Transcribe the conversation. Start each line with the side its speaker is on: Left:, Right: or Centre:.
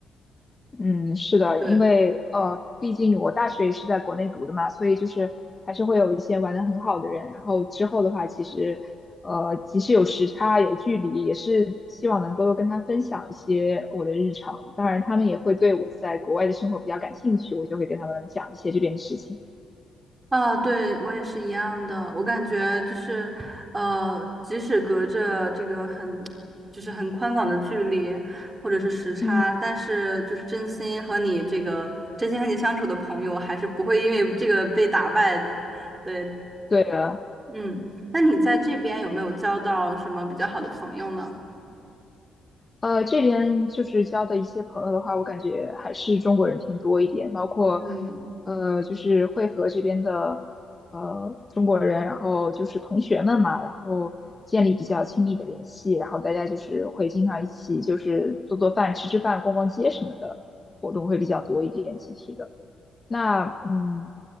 Left: 嗯，是的，
Right: 对。
Left: 因为呃，毕竟我大学也是在国内读的嘛，所以就是还是会有一些玩的很好的人。然后之后的话，其实呃，即使有时差有距离，也是希望能够多跟他分享一些我的日常。当然，他们也会对我在国外的生活比较感兴趣，我就会给他们讲一些这边的事情。
Right: 啊，对，我也是一样的。我感觉就是，呃，即使隔着这个很，就是很宽广的距离，或者是时差，
Left: 嗯，
Right: 但是就是真心和你这个真心和你相处的朋友，还是不会因为这个被打败的。对，
Left: 对的，
Right: 嗯，那你在这边有没有交到什么比较好的朋友呢？
Left: 呃，这边就是交的一些朋友的话，我感觉还是中国人偏多一点，包括
Right: 嗯。
Left: 呃，就是会和这边的呃中国人，然后就是同学们嘛，然后建立比较亲密的联系，然后大家就是会经常一起就是做做饭、吃吃饭、逛逛街什么的活动会比较多一点，集体的。那嗯，